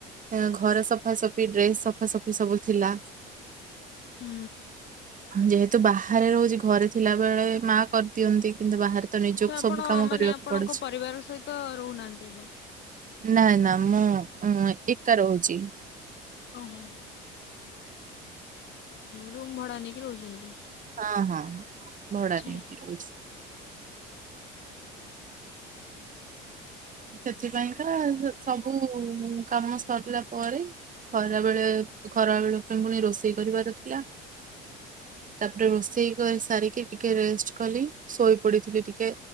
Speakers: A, on the right; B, on the left.
A: ଏଁ ଘର ସଫାସଫି ଡ୍ରେସ ସଫାସଫି ସବୁ ଥିଲା
B: ହୁଁ।
A: ଯେହେତୁ ବାହାରେ ରହୁଛି ଘରେ ଥିଲା ବେଳେ ମା କରିଦିଅନ୍ତି। କିନ୍ତୁ ବାହାରେ ତ ନିଜକୁ
B: ଆଚ୍ଛା ଆପଣ
A: ସବୁ କାମ
B: ମାନେ
A: କରିବାକୁ
B: ଆପଣଙ୍କ
A: ପଡୁଛି।
B: ପରିବାର ସହିତ ରହୁନାହାନ୍ତି ଏବେ?
A: ନାଇ ନା ମୁଁ ଏକା ରହୁଛି।
B: ଓହୋ ରୁମ୍ ଭଡା ନେଇକି ରହୁଛନ୍ତି
A: ହଁ ହଁ ଭଡ଼ା
B: ଆଚ୍ଛା
A: ନେଇକି
B: ଆଚ୍ଛା।
A: ରହୁଛି। ସେଥିପାଇଁକା ସବୁ କାମ ସରିଲା ପରେ ଖରା ବେଳେ ଖରା ବେଳକୁ ପୁଣି ରୋଷେଇ କରିବାର ଥିଲା। ତାପରେ ରୋଷେଇ କରି ସାରିକି ଟିକେ ରେଷ୍ଟ୍ କଲି ଶୋଇ ପଡିଥିଲି ଟିକେ।